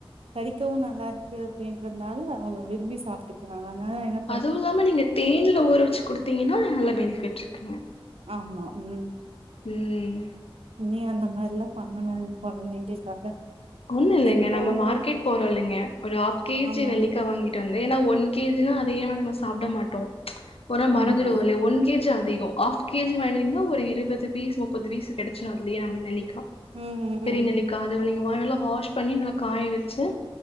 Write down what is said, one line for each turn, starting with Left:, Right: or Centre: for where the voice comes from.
Right: கடிக்கவு நல்லாருக்கு அப்டின்றதுனால அவுங்க விரும்பி சாப்ட்டுக்கிறாங்க அதனால எனக்
Left: அதுவு இல்லாம நீங்க தேனுல ஊற வச்சு குடுத்தீங்கன்னா நல்ல பெனிஃபிட் இருக்குங்க
Right: ஆமா ம்
Left: ம்
Right: நீ அந்த மாரில்லா பண்ணணு ஓ கொழந்தைங்களுக்காக
Left: ஒன்னு இல்லைங்க
Right: எவ்ளோவோ
Left: நம்ம மார்க்கெட் போறோ இல்லைங்க ஒரு ஆஃப் கேஜி
Right: ஆமா
Left: நெல்லிக்கா வாங்கி ட்டு வந்து ஏனா ஒன் கேஜினா அதயே நம்ம சாப்டமாட்டோம் ஒரு நா
Right: ஆமா
Left: மறந்துருவோ இல்லையா ஒன் கேஜி அதிகோ ஆஃப் கேஜி வாங்கின்னீங்னா ஒரு இருவது பீஸ் முப்பது பீஸ் கெடைச்சிரு அதுலே அர நெல்லிக்கா
Right: ம் ம்
Left: பெரிய
Right: ம்
Left: நெல்லிக்கா அத நீங்க நல்லா வாஷ் பண்ணி நல்லா காய வச்சு